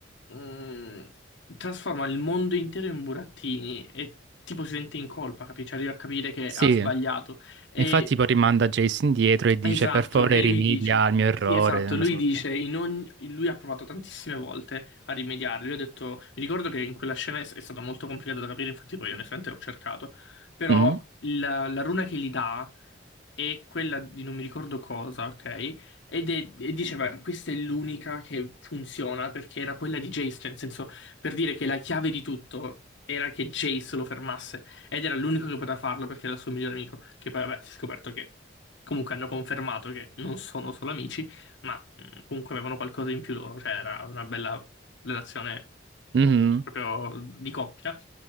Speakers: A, on the left (about 70°); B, on the right (about 60°).
A: mh, trasforma il mondo intero in burattini e tipo si sente in colpa, capisci? Arriva a capire che
B: sì,
A: ha sbagliato. E
B: infatti poi rimanda Jason dietro e dice
A: Esatto,
B: per favore
A: e lui
B: rimedia
A: dice,
B: al mio errore.
A: sì, esatto,
B: Una
A: lui
B: sorta.
A: dice, in ogni- lui ha provato tantissime volte a rimediare, lui ha detto, mi ricordo che in quella scena è, è stato molto complicato da capire, infatti poi onestamente ho cercato, però
B: Mm,
A: la, la runa che gli dà è quella di non mi ricordo cosa, ok? Ed è, e diceva, questa è l'unica che funziona perché era quella di Jace, cioè, nel senso, per dire che la chiave di tutto era che Jace lo fermasse. Ed era l'unico che poteva farlo perché era il suo migliore amico. Che poi, vabbè, si è scoperto che comunque hanno confermato che non sono solo amici, ma mh, comunque avevano qualcosa in più loro. Cioè, era una bella relazione
B: mhm.
A: proprio di coppia.